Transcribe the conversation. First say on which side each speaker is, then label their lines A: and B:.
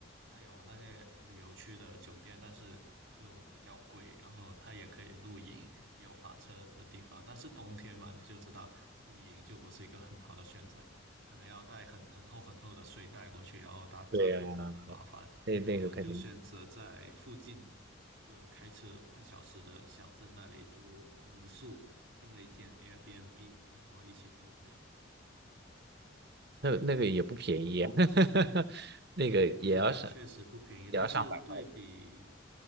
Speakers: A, on the right; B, on the right.
A: 它有那些旅游区的酒店，但是就比较贵，然后它也可以露营，也有房车的地方，但是冬天嘛，你就知道露营就不是一个很好的选择，可能要带很很厚很厚的睡袋过去，然后搭帐篷什么很麻烦，
B: 对呀，那那个肯定，
A: 所以我们就选择在附近一个开车半小时的小镇那里租民宿，订了一间 Airbnb，然后一起住这样。
B: 那那个也不便宜啊，<laughs> 那个也要上
A: 对，确实不便宜，
B: 也要上百块了。
A: 但是对比